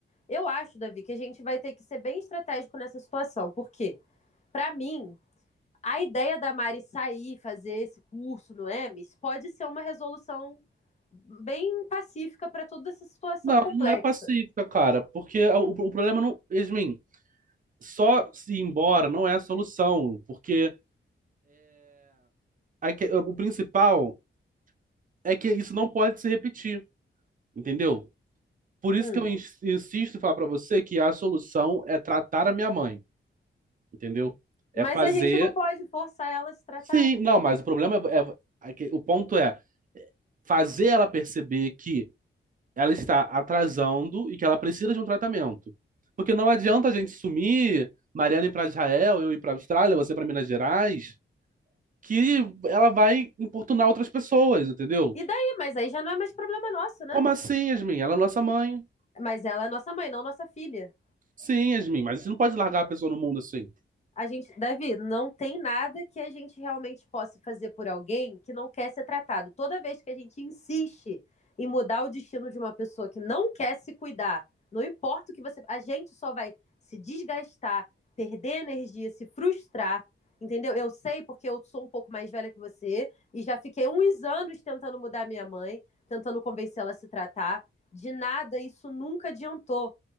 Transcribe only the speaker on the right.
Não,
não é pacífica, cara, porque o, o problema não. Yasmin, só se ir embora não é a solução, porque a que- o principal é que isso não pode se repetir, entendeu? Por isso
que eu ins- insisto em falar pra você que a solução é tratar a minha mãe, entendeu? É
fazer
Sim, não, mas o problema é, é- é que- o ponto é fazer ela perceber que ela está atrasando e que ela precisa de um tratamento. Porque não adianta a gente sumir, Mariana ir para Israel, eu ir para Austrália, você para Minas Gerais, que ela vai importunar outras pessoas, entendeu?
Como assim, Yasmin? Ela é nossa mãe.
Sim, Yasmin, mas você não pode largar a pessoa no mundo assim.